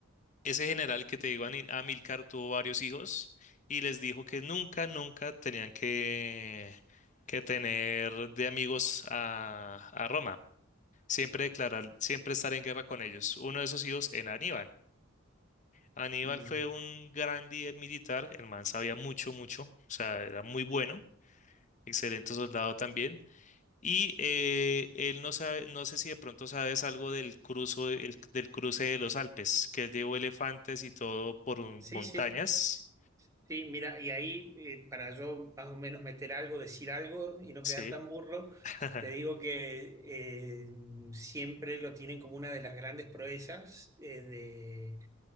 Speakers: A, on the left; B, on the right.
A: ese general que te digo, Ani- Amílcar, tuvo varios hijos y les dijo que nunca, nunca tenían que, que tener de amigos a, a Roma. Siempre declarar, siempre estar en guerra con ellos. Uno de esos hijos en Aníbal. Aníbal
B: mm,
A: fue un gran líder militar, el man sabía mucho, mucho, o sea, era muy bueno, excelente soldado también. Y eh, él no sabe, no sé si de pronto sabes algo del cruzo, el- del cruce de los Alpes, que él llevó elefantes y todo por un-
B: sí,
A: montañas.
B: sí, sí, mira, y ahí eh, para yo más o menos meter algo, decir algo y no
A: Sí.
B: quedar tan burro,
A: <laughs>
B: te digo que eh, siempre lo tienen como una de las grandes proezas eh,